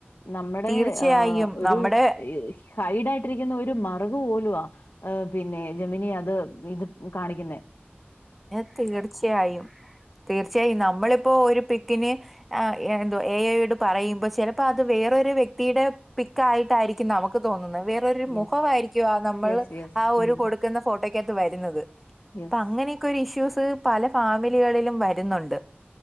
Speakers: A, on the left; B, in the centre.
A: നമ്മുടെ
B: തീർച്ചയായും
A: ഒരു
B: നമ്മുടെ
A: ഹൈഡായിട്ടിരി ക്കുന്ന ഒരു മറുക് പോലുവാ പിന്നെ ജെമിനി അത് ഇത് കാണിക്കുന്നെ
B: പിന്നെ തീർച്ചയായും തീർച്ചയായും നമ്മളി ഇപ്പോ ഒരു പിക്കിന് എന്തോ എ ഐയോട് പറയുമ്പോ ചെലപ്പോ അത് വേറൊരു വ്യക്തിയുടെ ക്ക ആയിട്ടായിരിക്കും നമുക്ക് തോന്നുന്നത് വേറൊരു
A: യെസ്.
B: മുഖവായിരിക്കും ആ നമ്മൾ
A: യെസ്, യെസ്.
B: ആ ഒരു
A: മ്മ്.
B: കൊടുക്കുന്ന ഫോട്ടോയ്ക്കകത്ത് വരുന്നത്.
A: യെസ്
B: അപ്പൊ അങ്ങനെയൊക്കെ ഒരു ഇഷ്യൂസ് പല ഫാമിലികളിലും വരുന്നൊണ്ട്